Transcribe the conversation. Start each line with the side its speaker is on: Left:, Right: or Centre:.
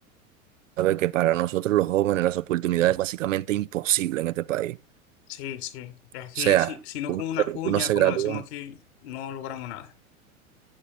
Right: sabes que para nosotros los jóvenes las oportunidades básicamente imposibles en este país.
Left: Sí, sí.
Right: O
Left: Aquí,
Right: sea,
Left: sí, si no
Right: uno
Left: con una
Right: se,
Left: cuña,
Right: uno se
Left: como
Right: gradúa.
Left: decimos aquí, no logramos nada.